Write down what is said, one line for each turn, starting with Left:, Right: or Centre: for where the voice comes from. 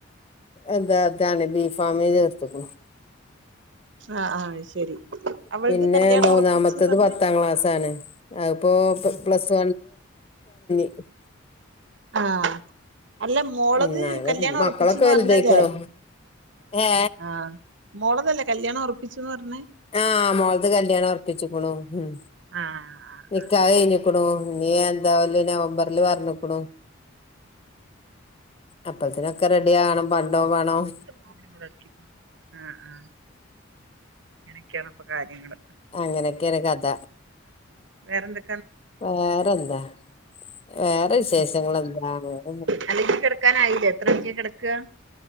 Left: എന്താ ഇതാണ് ബീഫ് ഫാമിന് ചേർത്ത്ക്കിണു
Right: ആ ആഹ് ശരി അവളത്
Left: പിന്നെ
Right: കല്യാണം
Left: മൂന്നാമത്തത്
Right: ഉറപ്പിച്ച് പറഞ്ഞ്
Left: പത്താം ക്ലാസാണ് അതിപ്പോ പ്ലസ് <unintelligible>
Right: ആ അല്ല മോളത്
Left: ഉം അങ്ങനെ
Right: കല്യാണം
Left: മക്കളൊക്കെ
Right: ഉറപ്പിച്ച്ന്ന്
Left: വലുതായിക്കണു
Right: പർഞ്ഞല്ലേ
Left: ഏ
Right: ആ മോള കല്യാണം ഉറപ്പിചൂന്ന് പറഞ്ഞെ
Left: ആ മോൾത് കല്യാണം ഉറപ്പിച്ച്ക്കുണു ഉം
Right: ആ ആ ആ
Left: നിക്കാഹ്
Right: ആ
Left: കഴിഞ്ക്കുണു ഇനി എന്താവല് നവംബർല് പറഞ്ക്കുണു അപ്പത്തിനൊക്കെ റെഡി ആകണം പൺടോം പണോം
Right: <unintelligible> അ ആ ക്കെയാണ് ഇപ്പം കാര്യങ്ങൾ
Left: അങ്ങനെക്കെണ് കഥ
Right: വേറെന്ത
Left: വേറെന്താ വേറെ വിശേഷങ്ങളെന്താ ണ്
Right: അല്ലെങ്കി കിടക്കാനായില്ലേ ഇത്ര ണിക്കാ കെടക്ക